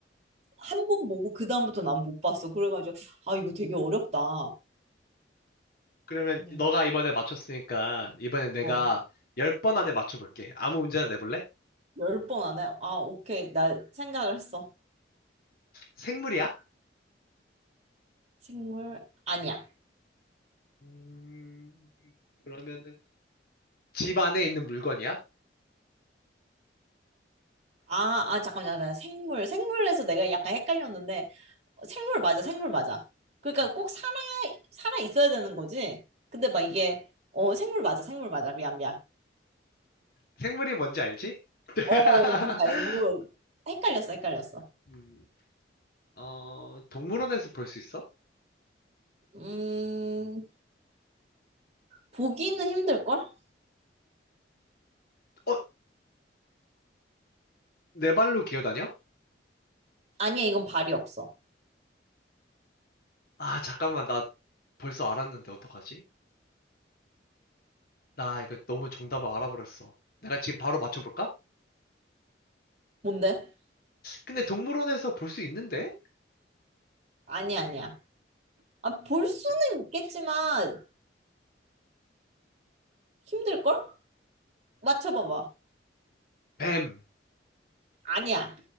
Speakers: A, on the right; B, on the left.
A: 한 번 보고 그다음부터 난 못 봤어. 그래가지고, 아, 이거 되게 어렵다.
B: 그러면
A: 응,
B: 너가 이번에 맞췄으니까 이번에 내가
A: 어.
B: 10번 안에 맞춰볼게. 아무 문제나 내볼래?
A: 열 번 안 해. 아, 오케이. 나 생각을 했어.
B: 생물이야?
A: 생물 아니야.
B: 음, 그러면은 집 안에 있는 물건이야?
A: 아, 아, 잠깐만, 잠깐만. 생물. 생물에서 내가 약간 헷갈렸는데, 어, 생물 맞아, 생물 맞아. 그러니까
B: 아,
A: 꼭 살아, 살아 있어야 되는 거지? 근데 막 이게, 어, 생물 맞아, 생물 맞아. 미안, 미안.
B: 생물이 뭔지 알지? <laughs>
A: 어, 뭔지 알고. 헷갈렸어, 헷갈렸어.
B: 음, 어, 동물원에서 볼 수 있어?
A: 음, 보기는 힘들걸?
B: 어, 네 발로 기어다녀?
A: 아니야, 이건 발이 없어.
B: 아, 잠깐만, 나 벌써 알았는데 어떡하지? 나 이거 너무 정답을 알아버렸어. 내가 지금 바로 맞춰볼까?
A: 뭔데?
B: 근데 동물원에서 볼 수 있는데?
A: 아니야, 아니야. 아, 볼 수는 있겠지만, 힘들걸? 맞춰봐봐.
B: 뱀!
A: 아니야.